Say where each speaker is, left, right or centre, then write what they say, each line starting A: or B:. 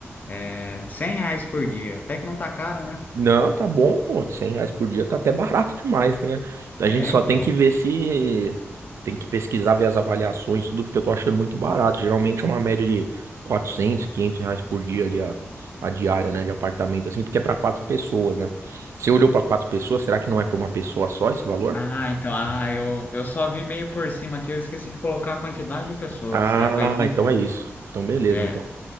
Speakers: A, on the left (about 35°); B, on the right (about 75°).
A: é, 100 reais por dia, até que não tá caro, né?
B: Não, tá bom, pô. 100 reais por dia tá até barato demais, né? A
A: É,
B: gente só
A: então.
B: tem que ver se. Tem que pesquisar, ver as avaliações, tudo, porque eu tô achando muito barato. Geralmente é uma média de 400, 500 reais por dia ali, a, a diária, né? De apartamento, assim, porque é pra quatro pessoas, né? Você olhou pra quatro pessoas, será que não é pra uma pessoa só esse valor?
A: Ah, então, ah, eu, eu só vi meio por cima aqui, eu esqueci de colocar a quantidade de pessoas,
B: Ah,
A: é, faz sentido.
B: então é isso. Então, beleza.
A: É,
B: Então.